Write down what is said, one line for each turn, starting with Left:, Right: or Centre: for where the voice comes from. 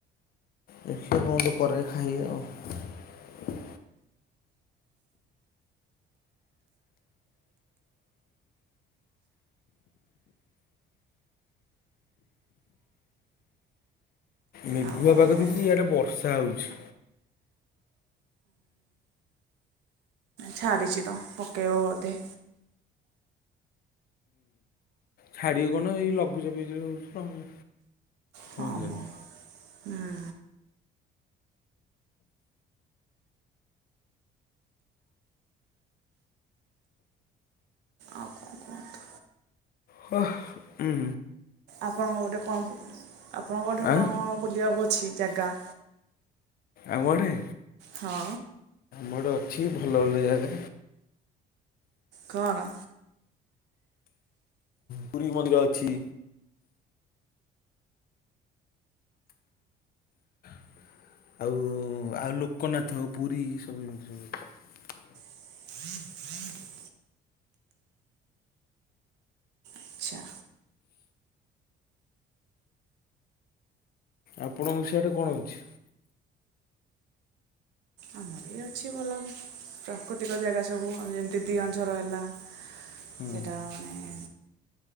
Left: ଦେଖିଆ କଣ ଗୋଟେ କରିଛି ଖାଇବା ଆଉ? ମେଘୁଆ
Right: ଆଉ କ'ଣ
Left: ପାଗ
Right: କୁହନ୍ତୁ
Left: ଦେଇଛି ଇଆଡେ ବର୍ଷା ହଉଛି।
Right: ଛାଡିଚି ତ ପକେଇବ ବୋଧେ।
Left: ଛାଡିବ କଣ ଏଇ ଲଘୁଚାପି ଯୋଉ ହଉଛି
Right: ହଁ
Left: ହୁଅନ୍ତାନି।
Right: ମ ହୁଁ ଆଉ କଣ କୁହନ୍ତୁ
Left: ହ ଉୁଁ।
Right: ଆପଣଙ୍କ ଗୋଟେ କଣ ଆପଣଙ୍କ ଗୋଟେ
Left: ଆଁ
Right: କଣ ବୁଲିବାକୁ ଅଛି ଜାଗା?
Left: ଆମ ଆଡେ?
Right: ହଁ।
Left: ମୁଁ ଗୋଟେ ଅଛି ଭଲ ଭଲ ଜାଗା।
Right: କଣ?
Left: ପୁରୀ ମନ୍ଦିର ଅଛି। <inaudible> ଆଉ ଆଉ ଲୋକନାଥ ପୁରୀ ସବୁ ଏମିତି ସବୁ ଅଛି।
Right: <inaudible> ଆଚ୍ଛା
Left: ଆପଣଙ୍କ ସିଆଡେ କଣ ଅଛି?
Right: ଆମର ବି ଅଛି ଭଲ ପ୍ରାକୃତିକ ଜାଗା ସବୁ ଆମ ଯେମିତି ଦିଅ ଝର ହେଲା। ସେଟା
Left: ହୁଁ
Right: ମାନେ